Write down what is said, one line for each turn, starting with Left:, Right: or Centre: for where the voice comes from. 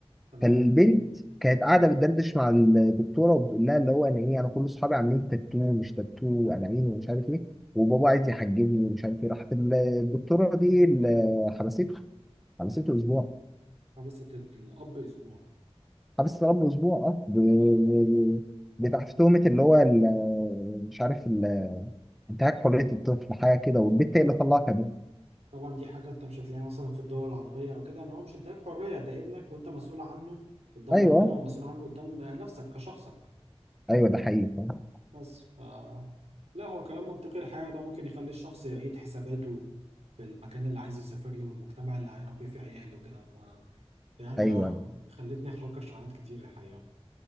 Right: تمام
Centre: كان بنت كانت قاعده بتدردش مع الدكتوره وبتقول لها اللي هو ان ايه انا كل اصحابي عاملين تاتو مش تاتو انانين ومش عارف ايه وبابا عايز يحجبني ومش عارف ايه راحت ال- الدكتوره دي اللي حبسته حبسته اسبوع
Right: حبسة الاب اسبوع
Centre: حبس رب اسبوع اه ب- ب-
Right: آه.
Centre: ب- بتاع في تهمه اللي هو ال- مش عارف ال- انتهاك حريه الطفل حاجه كده والبنت هي اللي طلعت ابوه
Right: طبعا دي حاجه انت مش هتلاقيها مثلا في الدول العربيه او كده ان هو مش اداك حريه ده ابنك وانت مسؤول عنه قدام
Centre: ايوه
Right: ربنا ومسؤول عنه قدام نفسك كشخصك
Centre: ايوه ده حقيقي أه،
Right: بس ف لا هو كلام منطقي الحقيقه وده ممكن يخلي الشخص يعيد حساباته في المكان اللي عايز يسافر له والمجتمع اللي هيربي فيه عياله وكده ف يعني
Centre: ايوه
Right: اه خلتني افكر في حاجات كتير الحقيقه